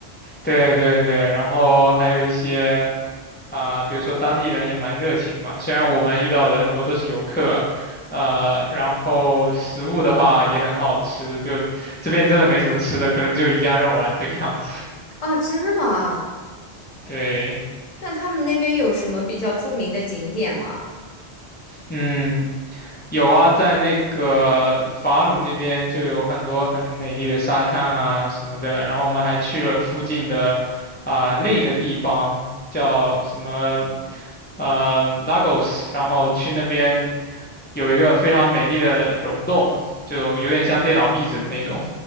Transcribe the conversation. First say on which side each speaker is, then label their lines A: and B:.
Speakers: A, on the left; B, on the left.
A: 对对对，然后还有一些啊、比如说当地人也蛮热情的嘛，虽然我们遇到的很多都是游客，呃，然后食物的话也很好吃，就这边真的没什么吃的，可能只有一家肉丸这个样子。
B: 啊，真的吗？
A: <laughs> 对，
B: 那他们那边有什么比较著名的景点吗？
A: 嗯，有啊，在那个法鲁那边就有很多很美丽的沙滩啊什么的，然后我们还去了附近的啊、另一个地方叫什么呃 Lagos，然后去那边有一个非常美丽的溶洞，就有点像电脑壁纸的那种。